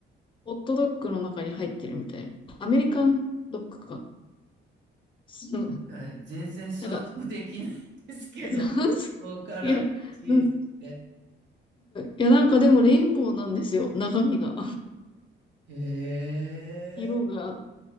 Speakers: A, on the left; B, on the right.
A: ホットドッグの中に入ってるみたいな。アメリカンドッグか。そう
B: え、全然想像できないんですけど、
A: なんか、<laughs>
B: ここからチーズって。
A: いや、うん、いやなんかでもレインボーなんですよ、中身が。
B: へえ、
A: 色が